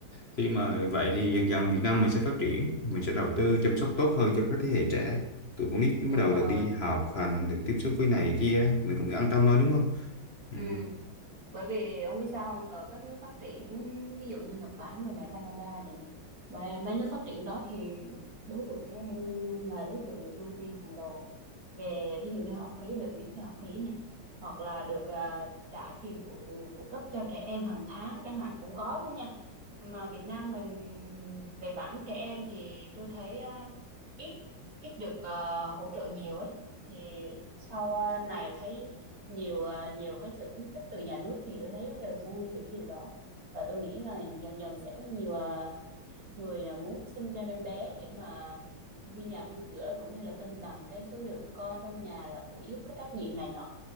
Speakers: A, on the left; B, on the right.
A: Khi mà
B: Ừ,
A: vậy thì dần dần Việt Nam mình sẽ phát triển, mình sẽ đầu tư chăm sóc tốt hơn cho các thế hệ trẻ. Tụi con nít bắt
B: đúng
A: đầu
B: rồi.
A: được đi học hành, được tiếp xúc với này kia, mình cũng an tâm hơn đúng không? Ừ,
B: Ừ, bởi vì ông biết sao không? Ở các nước phát triển, ví dụ như Nhật Bản rồi nè, Canada rồi nè, mà mấy nước phát triển đó thì đối tượng trẻ em luôn luôn là đối tượng được ưu tiên hàng đầu về ví dụ như học phí được miễn phí học phí này hoặc là được à, trả tiền phụ phụ cấp cho trẻ em hàng tháng chẳng hạn cũng có luôn nha mà Việt Nam mình về mảng trẻ em thì tôi thấy à, ít ít được à, hỗ trợ nhiều ấy thì sau à, này thấy nhiều à, nhiều cái sự khuyến khích từ nhà nước thì tôi thấy rất là vui về cái điều đó và tôi nghĩ là dần dần sẽ có nhiều ờ, người là muốn sinh thêm em bé để mà vui nhà vui cửa cũng như là cân bằng cái số lượng con trong nhà là phụ giúp cái trách nhiệm này nọ